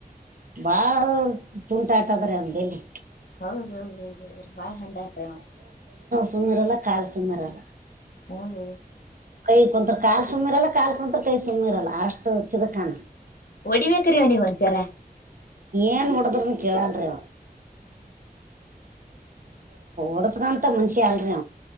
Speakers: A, on the right (about 60°); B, on the left (about 70°).
A: ಬಾ ತುಂಟ ಆತದ್ರ ಅಲ್ಲಿ
B: ಹೌದ ಹೌದು ಹೌದುೌ್ರ ಭಾಳ ಹಂಡತ
A: ಸುಂದರ ಅಲ್ಲ ಕಲ್ ಸುಂದರ ಅಲ್ಲ
B: ಹೌದು
A: ಕೈ ಕುಂತ್ರು ಕಾಲು ಸುಮ್ಮಿರಲ್ಲ ಕಾಲ್ ಕುಂತ್ರು ಕೈ ಸುಮ್ಮ್ಿರಲ್ಲ ಅಷ್ಟು ಚಿದ ಕಾನ
B: ಹೊಡಿಬೇಕ್ರೀ ಅವನಗ್ ಒಂಚರ
A: ಏನ್ ಮುಡದ್ರನು ಕೇಳಲ್ರಿೀವ ಒಡಸಗಾಂತ ಮನುಷಿ ಆಲ್ರಿ